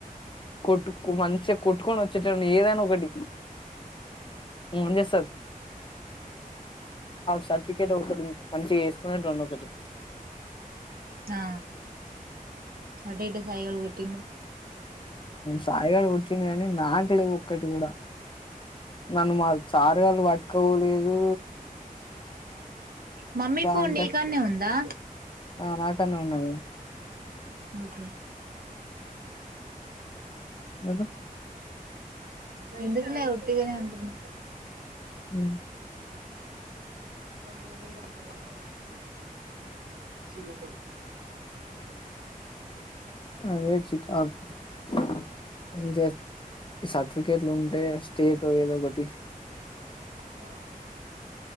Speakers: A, on the left; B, on the right.
A: కొట్టు మంచిగా కొట్టుకొని వచ్చేటోడిని ఏదన్న ఒకటి <unintelligible> సర్టిఫికెట్ ఒకటి మంచిగా వేసుకునేటోనీ ఒకటి
B: ఆ అటోఇటో సాయి గాడు కొట్టిండు
A: సాయిగాడు కొట్టిండు కానీ నాకు లేవు ఒక్కటి కూడా నన్ను మా సారు వాళ్ళు పట్టుకపోలేదు
B: మమ్మీ ఫోన్
A: అంటే
B: నీకాడనే ఉందా
A: ఆ నాకన్న ఉన్నది
B: ఓకే
A: ఏది
B: ఎందుకులే వట్టిగానే అంటున్న
A: ఉ
B: త నా కా శరు కా
A: అదే చికాకు ఈ సర్టిఫికెట్లు ఉంటే స్టేట్ ఏదో ఒకటి
B: ఆ